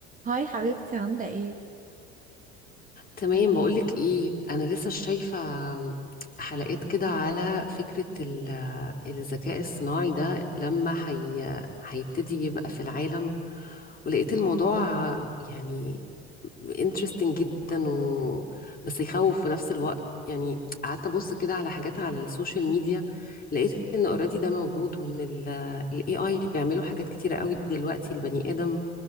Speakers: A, on the right; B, on the left.
A: هاي حبيبتي عاملة ايه؟
B: تمام بقولك ايه انا لسه شايفة حلقات كده على فكرة ال- الذكاء الصناعي ده لما هي هيبتدي يبقى في العالم ولقيت الموضوع يعني interesting جدا و... بس يخوف في نفس الوقت يعني قعدت ابص كده على حاجات على السوشيال ميديا لقيت ان اوريدي ده موجود وان الاي اي بيعملوا حاجات كتيرة قوي دلوقتي البني ادم